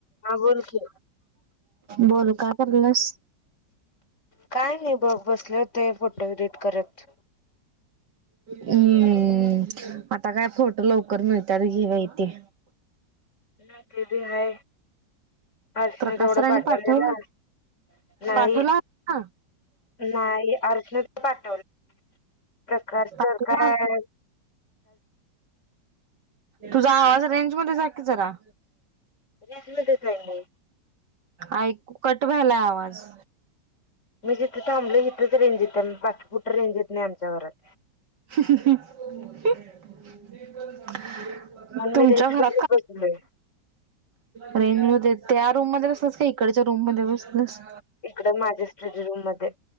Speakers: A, on the left; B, on the right.
A: हा बोल की.
B: बोल का करलास.
A: काय नाही बघ बसले होते फोटो करत.
B: हम्म. आता काय फोटो लवकर मिळतात घेवा इ तेे
A: न ते भी ह अर्चना
B: प्रकाशसराने
A: तेवढं पाडलेलं
B: पाठवला
A: नाही.
B: पाठवला हा
A: नाही अर्जण तर पाठवलं प्रका सर
B: पाठवला
A: काय
B: तुझा आवाज रेंज मध्ये जाकीील जरा.
A: रेश म दिसाई म
B: ऐकू कट वलाय आवाज
A: मी जिथं थांबल तिथंच रेंजेत आहे बाकी कुठं रेंज येत नाही आमच्यावरात..
B: <unintelligible>
A: म्हणून
B: तुमच्या
A: मी रेंज
B: घरात
A: मध्येच
B: का.
A: बसलोय.
B: रेंज म त्या रूम मध्ये बसलंस का इकडच्या रूम म बसलस.
A: इकडं माझ्या स्टडी रूम मध्ये